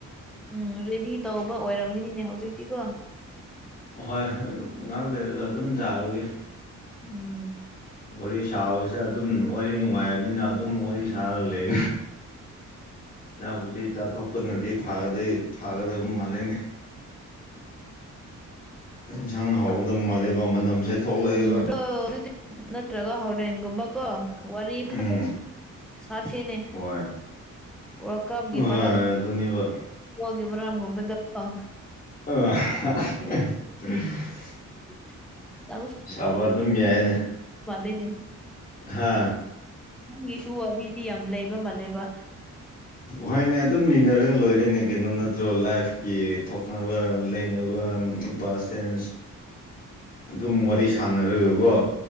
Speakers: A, in the centre; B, on the left (about 25°).
A: ꯎꯝ ꯔꯦꯗꯤ ꯇꯧꯕ ꯑꯣꯏꯔꯝꯒꯅꯤꯅꯦ ꯍꯧꯖꯤꯛꯇꯤꯀꯣ
B: ꯍꯣꯏ ꯉꯍꯥꯛ ꯂꯩꯔꯒ ꯑꯗꯨꯝ ꯆꯔꯒꯦ
A: ꯎꯝ
B: ꯋꯥꯔꯤ ꯁꯥꯕꯁꯤꯗ ꯑꯗꯨꯝ ꯋꯥꯔꯤ ꯅꯨꯡꯉꯥꯏꯕꯅꯤꯅ ꯑꯗꯨꯝ ꯋꯥꯔꯤ ꯁꯥꯔ ꯂꯩ ꯌꯥꯕꯗꯤ ꯆꯥꯊꯣꯛꯄꯅꯗꯤ ꯐꯥꯒꯗꯣꯏ ꯐꯥꯒꯗꯣꯏ ꯃꯥꯜꯂꯤꯅꯦ ꯌꯦꯟꯁꯥꯡ ꯍꯥꯎꯒꯗ ꯃꯥꯜꯂꯕ ꯃꯅꯝꯁꯦ ꯊꯣꯛꯂꯛꯑꯦꯕ
A: ꯎꯝ ꯑꯗꯨ ꯅꯠꯇ꯭ꯔꯒ ꯍꯣꯔꯦꯟꯒꯨꯝꯕꯀꯣ ꯋꯥꯔꯤ ꯐꯖ
B: ꯎꯝ
A: ꯍꯥ ꯁꯤꯅꯦ
B: ꯍꯣꯏ
A: ꯋꯥꯀꯥꯞꯒꯤ
B: ꯍꯣꯏ
A: ꯃꯔꯒꯤ
B: ꯑꯗꯨꯅꯦꯕ
A: ꯃꯔꯥꯝꯒꯨꯝꯕꯗꯀꯣ
B: ꯑ
A: <unintelligible> ꯌꯥ
B: ꯁꯥꯕ ꯑꯗꯨꯝ ꯌꯥꯏꯅꯦ
A: ꯋꯥꯦꯅꯦ
B: ꯍꯥ
A: ꯃꯤꯁꯨ ꯋꯥꯔꯤꯗꯤ ꯌꯥꯝ ꯂꯩꯕ ꯃꯥꯜꯂꯦꯕ
B: ꯍꯣꯏꯅꯦ ꯑꯗꯨꯝ ꯂꯤꯅꯔꯒ ꯂꯣꯏꯔꯦꯅꯦ ꯀꯩꯅꯣ ꯅꯠꯇ꯭ꯔꯣ ꯂꯥꯏꯐꯀꯤ ꯊꯣꯛꯅꯕ ꯂꯩꯅꯕ ꯄꯁ ꯇꯦꯟ ꯑꯗꯨꯝ ꯋꯥꯔꯤ ꯁꯥꯟꯅꯔꯒꯀꯣ